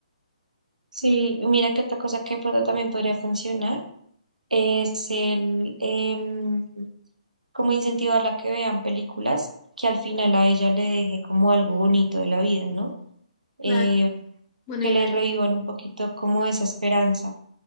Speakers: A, on the right (about 85°); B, on the left (about 25°).
A: sí, mira que otra cosa que de pronto también podría funcionar es el, em, como incentivarla a que vean películas que al final a ella le deje como algo bonito de la vida, ¿no?
B: Claro,
A: Eh,
B: buena
A: que
B: idea.
A: le revivan un poquito como esa esperanza.